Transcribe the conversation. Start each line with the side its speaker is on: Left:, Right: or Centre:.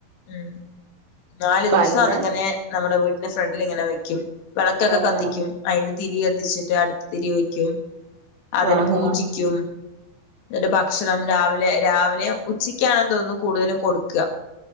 Left: ഉം നാലു ദിവസം
Right: പിന്നെ
Left: അതിങ്ങനെ നമ്മുടെ വീട്ട്ന്റെ ഫ്രണ്ടിലിങ്ങനെ വെക്കും. വെളക്കൊക്കെ
Right: ആഹ്
Left: കത്തിക്കും. അയിന്റെ തിരി കത്തിച്ചിട്ട് അടുത്ത തിരി വയ്ക്കും. അതിന്
Right: ആഹ്
Left: പൂജിക്കും. ഇന്നട്ട് ഭക്ഷണം രാവിലെ രാവിലെം ഉച്ചക്കാണെന്ന് തോന്നുന്നു കൂടുതലും കൊടുക്കാ.